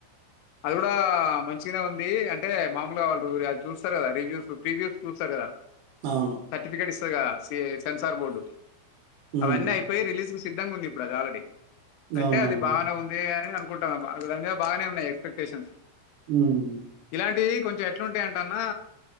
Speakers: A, on the left (about 80°); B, on the right (about 70°).
A: అది కూడా మంచిగనే ఉంది అ అంటే మాములుగా వాళ్ళు అది చూస్తరు కదా రివ్యూస్ ప్రివ్యూస్ చూస్తరు కదా
B: అవును
A: సర్టిఫికెట్ ఇస్తది కదా సి సెన్సార్ బోర్డు
B: ఉమ్,
A: అవన్నీ అయిపోయి రిలీజ్ సిద్ధంగుంది ఇప్పుడు అది ఆల్రెడీ అంటే
B: అవునవును
A: అది బాగానే ఉంది అని అనుకుంటన్నా దాని మీద బానే ఉన్నాయి ఎక్స్పెక్టేషన్
B: మ్మ్
A: ఇలాంటివి కొంచెం ఎట్లుంటయంటే అన్నా